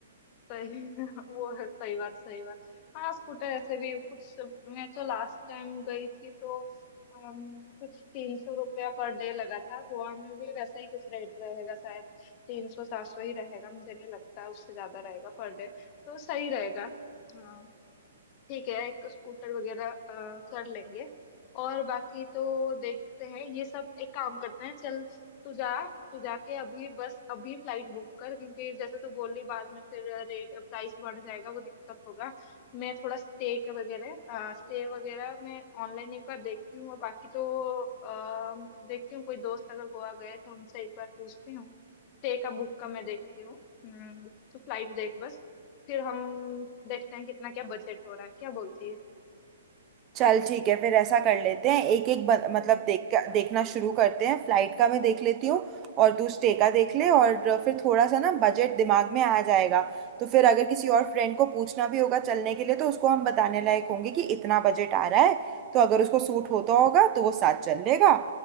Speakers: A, on the left (about 35°); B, on the right (about 30°).
A: सही <laughs> वो है सही बात सही बात हाँ स्कूटर ऐसे भी कुछ मैं तो लास्ट टाइम गई थी तो अम, कुछ तीन सौ रुपया पर डे लगा था गोवा में भी वैसा ही कुछ रेट रहेगा शायद तीन सौ सात सौ ही रहेगा मुझे नहीं लगता उससे ज्यादा रहेगा पर डे तो सही रहेगा हाँ ठीक है एक स्कूटर वगैरह अ, कर लेंगे और बाकी तो देखते हैं ये सब एक काम करते हैं चल तू जा तू जाके अभी बस अभी फ्लाइट बुक कर क्योंकि जैसे तू बोल रही बाद में फिर रेट प्राइस बढ़ जाएगा वो दिक्कत होगा मैं थोड़ा स्टे के वगैरह स्टे वगैरह मैं ऑनलाइन एक बार देखती हूँ और बाकी तो आ, देखती हूँ कोई दोस्त अगर गोवा गए थे उनसे एक बार पूछती हूँ स्टे का बुक का मैं देखती हूँ हम्म, तू फ्लाइट देख बस फिर हम देखते हैं कितना क्या बजट हो रहा है क्या बोलती है
B: चल ठीक है फिर ऐसा कर लेते हैं एक एक ब- मतलब देख देखना शुरू करते हैं फ्लाइट का मैं देख लेती हूँ और तू स्टे का देख ले और फिर थोड़ा सा ना बजट दिमाग में आ जाएगा तो फिर अगर किसी और फ्रेंड को पूछना भी होगा चलने के लिए तो उसको हम बताने लायक होंगे कि इतना बजट आ रहा है तो अगर उसको सूट होता होगा तो वो साथ चल लेगा